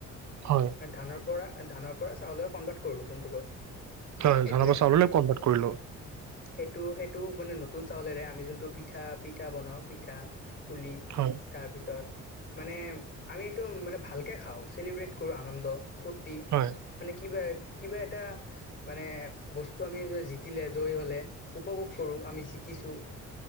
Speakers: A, on the right; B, on the left.
A: হয়
B: ধানৰ পৰা ধানৰ পৰা চাউল কনভাৰ্ট কৰো যোনটো কয়।
A: হয়
B: সেইটোৱে
A: জানাব চাবলৈ কনভাৰ্ট কৰিলো।
B: সেইটো, সেইটো মানে নতুন চাউলেৰে আমি যোনটো পিঠা, পিঠা বনাও পিঠা কুলি
A: হয়
B: তাৰপিছত মানে আমি এইটো মানে ভালকে খাওঁ চেলিব্ৰেট কৰো, আনন্দ ফূৰ্তি
A: হয়
B: মানে কি ব কিবা এটা মানে বস্তু আমি জিতিলে জয়ী হলে উপভোগ কৰো, আমি জিকিছো,